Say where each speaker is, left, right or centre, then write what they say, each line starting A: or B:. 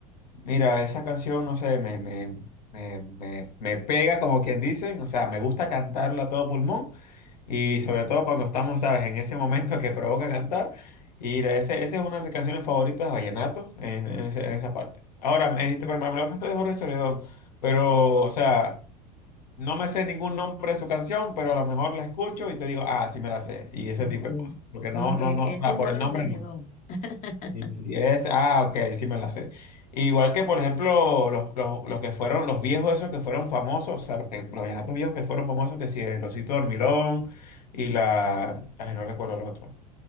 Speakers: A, on the left; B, on the left.
A: Mira, esa canción, no sé, me, me, me, me, me pega como quien dice, o sea, me gusta cantarla a todo pulmón y sobre todo cuando estamos, sabes, en ese momento que provoca cantar. Y ese, esa es una de mis canciones favoritas de Vallenato en, en ese- en esa parte. Ahora, me dijiste,
B: Sí,
A: me me hablaste de Jorge Celedón, pero, o sea... No me sé ningún nombre de su canción, pero a lo mejor la escucho y te digo, ah, sí me la sé. Y ese
B: sí.
A: tipo
B: sí.
A: de cosas. Porque
B: Como
A: no,
B: que
A: no, no, o
B: este
A: sea,
B: Jorge
A: por el nombre
B: se le
A: no.
B: dio. <laughs>
A: Sí, sí, es, ah, ok, sí me la sé. Igual que, por ejemplo, los, los, los que fueron, los viejos esos que fueron famosos, o sea, los que, los vallenatos viejos que fueron famosos, que si el Osito Dormilón y la, ay, no recuerdo el otro.